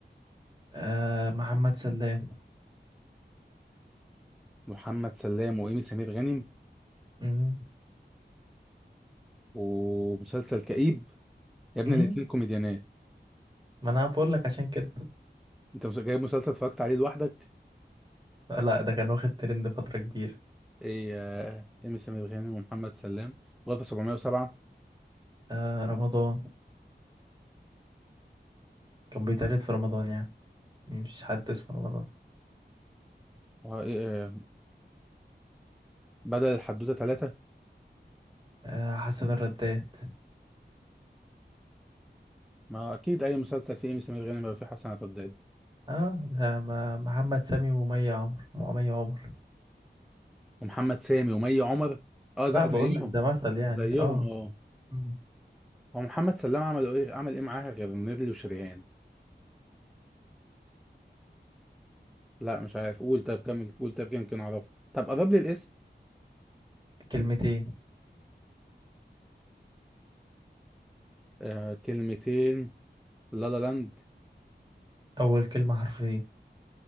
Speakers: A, on the right; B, in the centre.
A: آه محمد سلام
B: محمد سلام وايمي سمير غانم
A: مم.
B: ومسلسل كئيب يا ابني
A: مم.
B: الاتنين كوميديانات
A: ما أنا بقول لك عشان كده
B: انت مس- جايب مسلسل اتفرجت عليه لوحدك
A: آه، لا ده كان واخد ترند فترة كبيرة
B: ايه آه، ايمي سمير غانم ومحمد سلام غرفة 707
A: آه رمضان كان بيتقلد في رمضان يعني مش حد اسمه رمضان
B: و- آه، بدل الحدوتة ثلاثة
A: آه حسن الرداد
B: ما اكيد اي مسلسل فيه ايمي سمير غانم يبقى فيه حسن عتاد
A: اه ده ما محمد سامي ومي عمر ومي عمر
B: ومحمد سامي ومي عمر اه
A: لا
B: زي-
A: بقول
B: زيهم
A: لك ده مثل يعني
B: زيهم
A: اه
B: اه
A: مم.
B: هو محمد سلام عمل ايه عمل ايه معاها غير نيرلي وشريهان لا مش عارف قول طب كمل قول طب يمكن اعرفه طب قرب لي الاسم
A: كلمتين
B: آه كلمتين لا لا لاند
A: اول كلمة حرفين